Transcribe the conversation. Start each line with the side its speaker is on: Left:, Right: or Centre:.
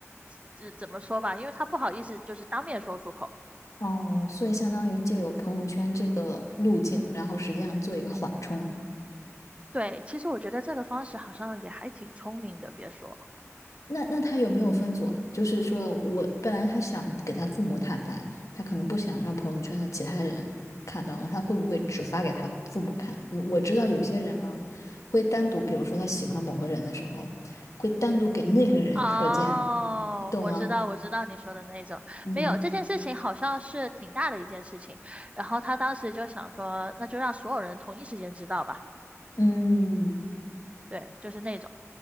Right: 怎怎怎么说吧，因为他不好意思就是当面说出口。
Left: 哦，所以相当于借由朋友圈这个路径，然后实际上做一个缓冲。
Right: 对，其实我觉得这个方式好像也还挺聪明的，别说。
Left: 那那他有没有分组啊？就是说我本来他想给他父母坦白，他可能不想让朋友圈的其他人看到，他会不会只发给他父母看？我我知道有些人啊，会单独，比如说他喜欢某个人的时候，会单独给那个人可见，
Right: 哦，
Left: 你懂吗？
Right: 我知道，我知道你说的那种，
Left: 嗯
Right: 没有，这件事情好像是挺大的一件事情，然后他当时就想说，那就让所有人同一时间知道吧。
Left: 嗯。
Right: 对，就是那种。